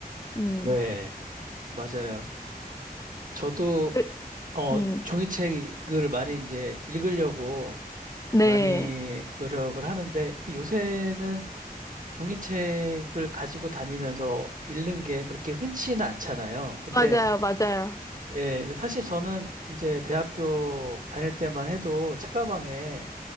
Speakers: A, on the left; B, on the right.
A: 음,
B: 네, 맞아요. 저도,
A: 그,
B: 어,
A: 음,
B: 종이책을 많이 이제 읽으려고
A: 네.
B: 많이 노력을 하는데 요새는 종이책을 가지고 다니면서 읽는 게 그렇게 흔치는 않잖아요. 근데
A: 맞아요, 맞아요.
B: 예, 사실 저는 이제 대학교 다닐 때만 해도 책가방에